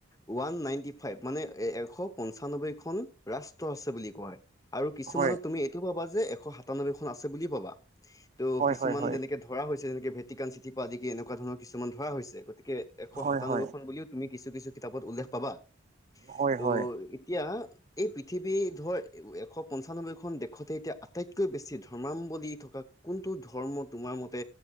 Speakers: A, on the left; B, on the right.
A: ওৱান নাইনটি ফাইভ মানে এশ পঞ্চানব্বৈখন ৰাষ্ট্ৰ আছে বুলি কয় আৰু কিছুমানত
B: হয়
A: তুমি এইটো পাবা যে এশ সাতানব্বৈ খন আছে বুলি পাবা। ত'
B: হয়
A: কিছুমান
B: হয় হয়
A: যেনেকে ধৰা হৈছে যেনেকে ভেটিকান চিটি পৰা আদি কি এনেকুৱা ধৰণৰ কিছুমান ধৰা হৈছে গতিকে এশ
B: হয়
A: সাতানবৈখন
B: হয়
A: বুলিও তুমি কিছু -কিছু কিতাপত উল্লেখ পাবা
B: হয়
A: ত'
B: হয়
A: এতিয়া এই পৃথিৱী ধৰ এশ পঞ্চানব্বৈ এখন দেশতে এতিয়া আটাইতকৈ বেছি ধৰ্মাৱলম্বী থকা কোনটো ধৰ্ম তোমাৰ মতে